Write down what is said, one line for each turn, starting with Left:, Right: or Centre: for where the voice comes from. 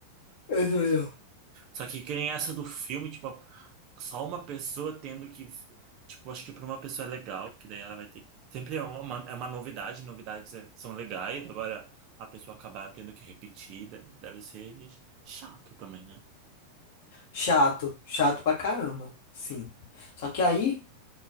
Left: Eu sou eu.
Right: Só que que nem essa do filme, tipo, só uma pessoa tendo que, tipo, acho que para uma pessoa é legal, que daí ela vai ter. Sempre é uma, é uma novidade, novidades é- são legais, agora a pessoa acabar tendo que repetir, de- deve ser chato também, né?
Left: Chato, chato pra caramba. Sim. Só que aí.